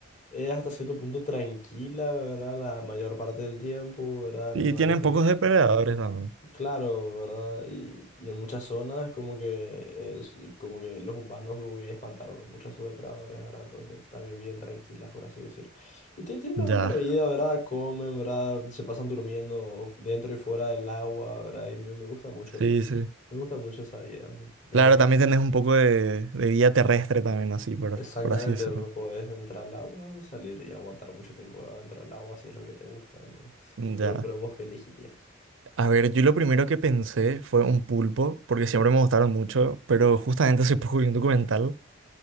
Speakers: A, on the left (about 35°); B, on the right (about 65°).
A: es hasta cierto punto tranquila, ¿verdad? La mayor parte del tiempo, ¿verdad? Animales
B: Y tienen
A: que
B: pocos depredadores también.
A: Claro, ¿verdad? Y, y en muchas zonas como que es- como que los humanos como que espantaron muchas a sus depredadores, ¿verdad? Entonces también bien tranquilas, por así decir. Y tie- tienen una
B: Ya,
A: buena vida, ¿verdad? Comen, ¿verdad? Se pasan durmiendo dentro y fuera del agua, ¿verdad? Y me, me gusta mucho,
B: sí, sí.
A: me gusta mucho esa vida. ¿no? En
B: Claro,
A: donde
B: también tenés un poco de, de vida terrestre también, así, por,
A: exactamente
B: por así decirlo.
A: vos podés entrar al agua o salir y aguantar mucho tiempo, dentro del agua si es lo que te gusta, ¿no?
B: Ya.
A: Pero, pero vos qué elegirías.
B: A ver, yo lo primero que pensé fue un pulpo, porque siempre me gustaron mucho, pero justamente hace poco vi un documental